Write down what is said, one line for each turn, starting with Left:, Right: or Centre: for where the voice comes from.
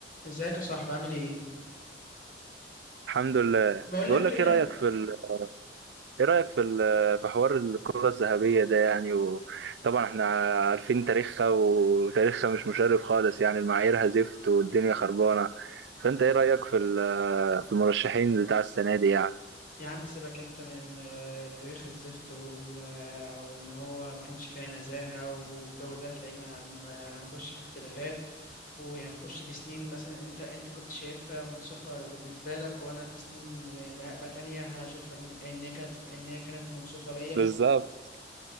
Left: ازيك يا صاحبي عامل ايه
Right: الحمد لله
Left: بقول
Right: بقول
Left: لك كده
Right: لك ايه رايك في ال... ايه رايك في ال... في حوار الكره الذهبيه ده يعني وطبعا احنا عارفين تاريخها وتاريخها مش مشرف خالص يعني المعاييرها زفت والدنيا خربانه فانت ايه رايك في ال... في المرشحين بتاع السنه دي يعني
Left: يا عم سيبك انت من آه، تاريخ الزفت وال- وان هو ما كانش فيها نزاهة والجو ده لان هن- هنخش في اختلافات وهنخش في سنين مثلا انت انت كنت شايفها منصفة بالنسبة لك وانا في سنين آه، بقى بقى تانية هشوف ان إن هي كانت ان هي كانت منصفة ليا
Right: بالظبط